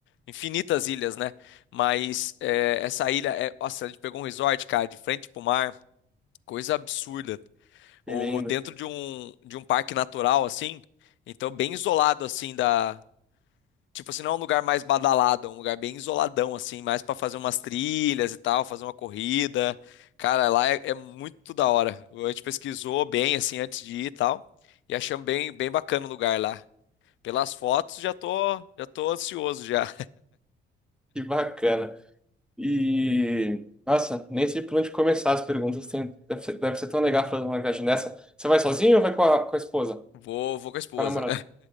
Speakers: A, on the left; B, in the centre.
A: infinitas ilhas, né? Mas é, essa ilha é. Nossa, a gente pegou um resort, cara, de frente pro mar, coisa absurda.
B: Que
A: Ou
B: lindo.
A: dentro de um, de um parque natural, assim. Então, bem isolado, assim, da, Tipo assim, não é um lugar mais badalado, é um lugar bem isoladão, assim, mais pra fazer umas trilhas e tal, fazer uma corrida. Cara, lá é, é muito da hora. A gente pesquisou bem, assim, antes de ir e tal. E achamos bem, bem bacana o lugar lá. Pelas fotos, já tô, já tô ansioso já.
B: Que bacana. E, nossa, nem sei por onde começar as perguntas. Tem, deve ser, deve ser tão legal fazer uma viagem dessa. Você vai sozinho ou vai com a, com a esposa?
A: <laughs> Vou, vou com a esposa.
B: Com a namorada?